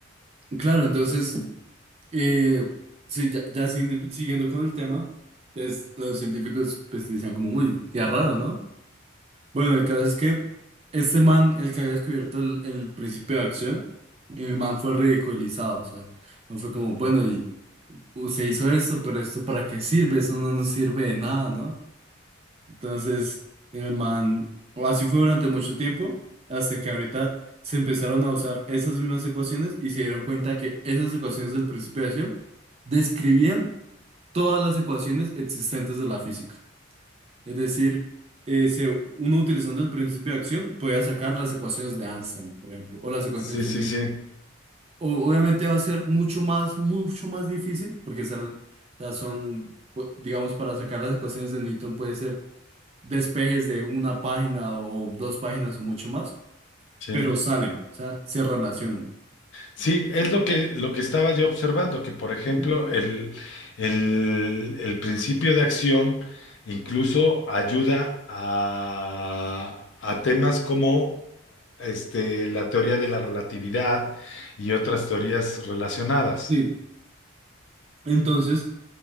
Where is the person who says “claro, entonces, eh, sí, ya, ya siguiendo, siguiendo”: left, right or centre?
Right